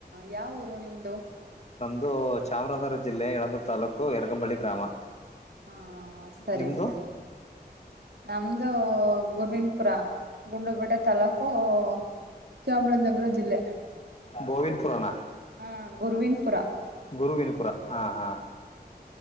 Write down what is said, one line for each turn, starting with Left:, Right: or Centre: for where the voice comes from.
Right: ಯಾವ ಊರು ನಿಮ್ದು
Left: ಇದು ಚಾಮರಾಜನಗರ ಜಿಲ್ಲೆ ಯಳಂದೂರು ತಾಲ್ಲೂಕು ಎರಗಂಬಳ್ಳಿ ಗ್ರಾಮ
Right: ಹಾ ಸರಿ
Left: ನಿಮ್ದು
Right: ಸರಿ ನಮ್ದು ಗೋವಿಂದಪುರ ಗುಂಡ್ಲುಪೇಟೆ ತಾಲ್ಲೂಕು ಓ ಚಾಮರಾಜನಗರ ಜಿಲ್ಲೆ
Left: ಬೋವನ್ ಪುರಾಣ
Right: ಹಾ ಗುರ್ವಿಂದ್ಪುರ
Left: ಗುರುವಿನಪುರ ಹಾ ಹಾ